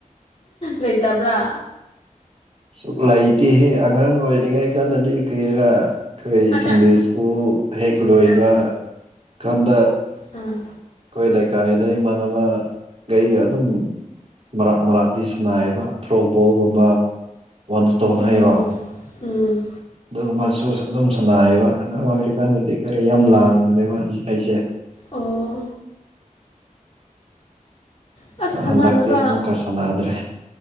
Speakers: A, on the left; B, on the right.
A: ꯂꯩꯇꯕ꯭ꯔꯥ
B: ꯁꯨꯛ ꯂꯩꯇꯦꯍꯦ ꯑꯉꯥꯡ ꯑꯣꯏꯔꯤꯉꯩ ꯀꯥꯟꯗꯗꯤ ꯀꯔꯤꯔꯥ ꯑꯩꯈꯣꯏ
A: ꯑꯉꯥꯡ
B: ꯁꯟꯗꯦ ꯁ꯭ꯀꯨꯜ ꯍꯦꯛ ꯂꯣꯏꯕ
A: ꯑꯥ
B: ꯀꯥꯟꯗ
A: ꯑꯥ
B: ꯑꯩꯈꯣꯏ ꯂꯩꯀꯥꯏꯗ ꯏꯃꯥꯟꯅꯕꯈꯩꯒ ꯑꯗꯨꯝ ꯃꯔꯥꯛ ꯃꯔꯥꯛꯗꯤ ꯁꯅꯥꯏꯌꯦꯕ ꯊ꯭ꯔꯣ ꯕꯣꯜꯒꯨꯝꯕ ꯋꯥꯟ ꯏꯁꯇꯣꯟ
A: ꯎꯝ
B: ꯍꯥꯏꯩꯔꯣ
A: ꯎꯝ
B: ꯑꯗꯨꯒꯨꯝꯕꯁꯨ ꯑꯗꯨꯝ ꯁꯅꯥꯏꯌꯦꯕ ꯑꯉꯥꯡ ꯑꯣꯏꯔꯤꯀꯥꯟꯗꯗꯤ ꯀꯔ ꯌꯥꯝ ꯂꯥꯡꯕꯅꯦꯕ ꯑꯩꯁꯦ ꯑꯩꯁꯦ
A: ꯑꯣ ꯑꯁ ꯁꯥꯟꯅꯗꯕ
B: ꯍꯟꯗꯛꯇꯤ ꯑꯃꯨꯛꯀ ꯆꯅꯗ꯭ꯔꯦ